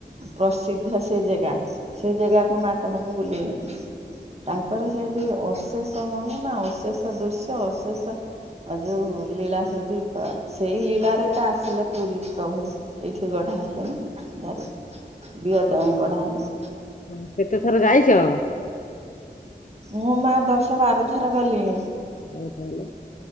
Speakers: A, on the right (about 40°); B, on the left (about 50°).
A: ପ୍ରସିଦ୍ଧ ସେ ଜାଗା ସେ ଜାଗାକୁ ମା ତମକୁ ବୁଲେଇ ବେନି। ତାଙ୍କର ସେଇଠି ଅଶେଷ ମହିମା, ଅଶେଷ ଦୃଶ୍ୟ, ଅଶେଷ ଆଉ ଯୋଉ ଲୀଳା ସେଇଠି ପା, ସେଇ ଲୀଳାରେ ତ ଆସିଲେ ପୁରୀ ପ୍ରଭୁ। ଏଇଠି ଗଢା ହେଲେ ନା ଦାରୁ ଦିଅ ଦ ଗଢା ହେଲେ।
B: ହ କେତେ ଥର ଯାଇଛ?
A: ମୁଁ ମା ଦଶ ବାର ଥର ଗଲିଣି।
B: ଆଉ ତାହେଲେ